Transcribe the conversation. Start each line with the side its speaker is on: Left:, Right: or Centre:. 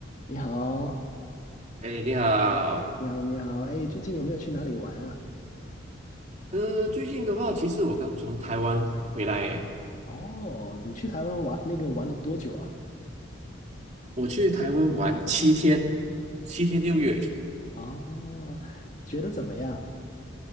Left: 你好，
Right: 哎，你好。
Left: 你好，你好，哎，最近有没有去哪里玩啊？
Right: 呃，最近的话，其实我刚从台湾回来耶，
Left: 哦，你去台湾玩那个玩了多久啊？
Right: 我去台湾玩七天，七天六月。
Left: 嗯哦，觉得怎么样？